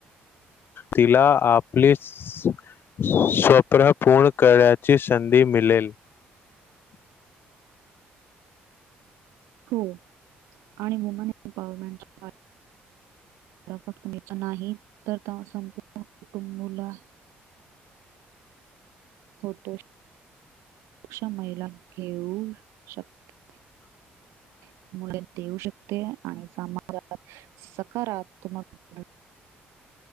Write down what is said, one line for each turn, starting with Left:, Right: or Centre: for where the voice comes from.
Left: तिला आपले <inaudible> स्वप्न पूर्ण करण्याची संधी मिळेल <unintelligible> <inaudible>
Right: हो आणि वुमन एम्पॉवरमेंटच्या <unintelligible> <inaudible> फक्त नाही तर संपूर्ण कुटुंबला <unintelligible> होतो सुक्ष महिला घेऊ शकते <unintelligible>
Left: ह
Right: <inaudible>
Left: <unintelligible> <inaudible>
Right: मुले देऊ शकते आणि समाजात सकारात्मक <unintelligible> <inaudible>
Left: <unintelligible> <inaudible>